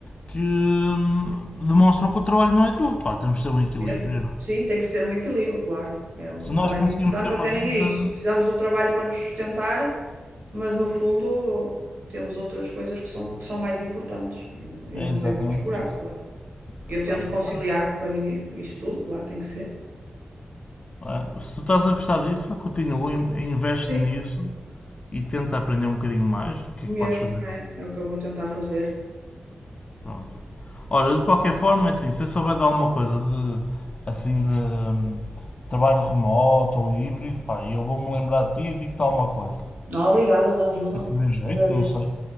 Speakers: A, on the left; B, on the right.
A: que hum, demonstram que o trabalho não é tudo, pá, temos de ter um equilíbrio.
B: mesmo. Sim, tem que se ter um equilíbrio, claro. É o
A: Se nós
B: o mais
A: conseguimos
B: importante
A: ter uma
B: até
A: vida,
B: nem é isso. Precisamos do trabalho para nos sustentar, mas no fundo temos outras coisas que são, que são mais importantes e não, e
A: é
B: não
A: exatamente
B: devemos descurar,
A: isso.
B: claro. Eu tento
A: Pá, portanto,
B: conciliar um bocadinho isso tudo, claro, tem que ser.
A: Ah, Se tu estás a gostar disso, ah, continua, in- investe
B: Sim,
A: nisso e tenta aprender um bocadinho mais do que
B: mesmo,
A: é que podes fazer.
B: é, é o que eu vou tentar fazer.
A: Pronto. Ora, de qualquer forma, é assim, se eu souber de alguma coisa de, assim, de hum, trabalho remoto ou híbrido, pá, eu vou-me lembrar de ti e digo-te alguma coisa.
B: Não, obrigada pela ajuda.
A: Se te der jeito,
B: Agradeço.
A: não sei.